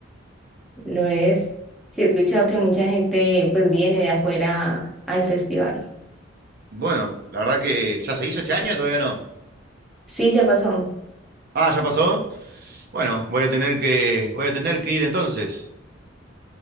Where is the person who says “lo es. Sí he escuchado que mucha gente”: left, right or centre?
Centre